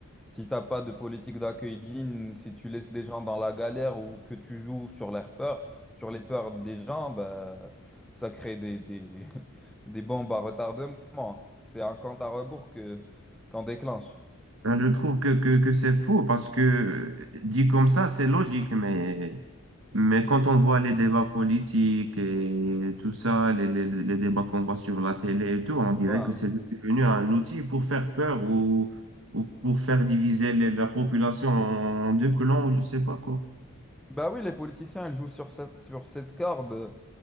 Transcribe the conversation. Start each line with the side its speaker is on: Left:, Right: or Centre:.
Centre: Si t'as pas de politique d'accueil digne, si tu laisses les gens dans la galère ou que tu joues sur leurs peurs, sur les peurs des gens, bah, ça crée des, des, <laughs> des bombes à retardement. C'est un compte à rebours que qu'on déclenche.
Right: Ben, je trouve que, que, que c'est faux parce que euh, dit comme ça, c'est logique, mais Mais quand on voit les débats politiques et tout ça, les, les, les débats qu'on voit sur la télé et tout, on dirait
Centre: Ouais.
Right: que c'est juste devenu un outil pour faire peur ou, ou pour faire diviser les- la population en deux clans ou je sais pas quoi.
Centre: Bah oui, les politiciens, ils jouent sur cette, sur cette corde.